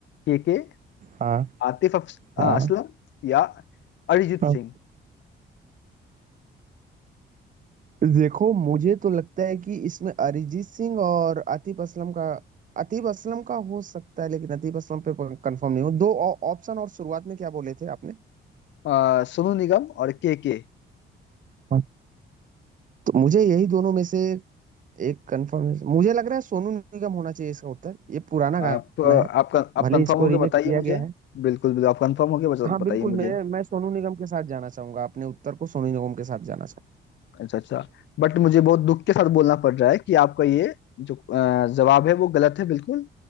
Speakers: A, on the left; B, on the right.
A: के के
B: हाँ
A: आतिफ अफ- अ,
B: हाँ
A: असलम या अरिजीत
B: हाँ।
A: सिंह
B: देखो मुझे तो लगता है कि इसमें अरिजीत सिंह और आतिफ असलम का आतिफ असलम का हो सकता है लेकिन आतिफ असलम पे कंफर्म नहीं हूँ दो ऑ- ऑप्शन और शुरुआत में क्या बोले थे आपने
A: अ, सोनू निगम और के के
B: हाँ। तो मुझे यही दोनों में से एक कंफर्म मुझे लग रहा है सोनू निगम होना चाहिए इसका उत्तर ये पुराना गाना
A: आप आप
B: है
A: आप
B: भले
A: कंफर्म
B: इसको
A: होके
B: रीमेक
A: बताइए
B: किया
A: मुझे
B: गया है
A: बिल्कुल बिल्कुल आप कंफर्म होके बता-
B: हाँ बिल्कुल
A: बताइए मुझे
B: मैं मैं सोनू निगम के साथ जाना चाहूंगा अपने उत्तर को सोनू निगम के साथ जाना चाहूंगा
A: अच्छा अच्छा बट मुझे बहुत दुख के साथ बोलना पड़ रहा है कि आपका ये जो अ, जवाब है वो गलत है बिल्कुल